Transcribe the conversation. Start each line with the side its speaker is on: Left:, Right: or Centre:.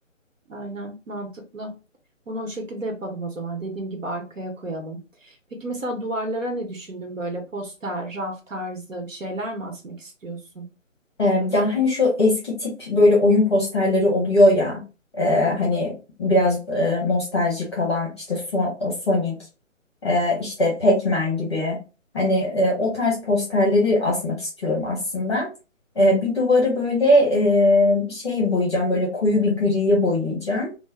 Right: Aynen mantıklı. Onu o şekilde yapalım o zaman. Dediğim gibi arkaya koyalım. Peki mesela duvarlara ne düşündün? Böyle poster, raf tarzı bir şeyler mi asmak istiyorsun?
Left: E, ya hani şu eski tip böyle oyun posterleri oluyor ya e, hani biraz e, nostaljik kalan işte So- Sonic e, işte Pac-Man gibi hani e, o tarz posterleri asmak istiyorum aslında. E, bir duvarı böyle e, şey boyayacağım böyle koyu bir griye boyayacağım.